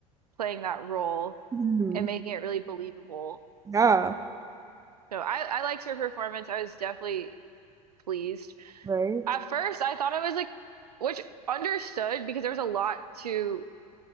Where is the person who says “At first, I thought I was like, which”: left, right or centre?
Right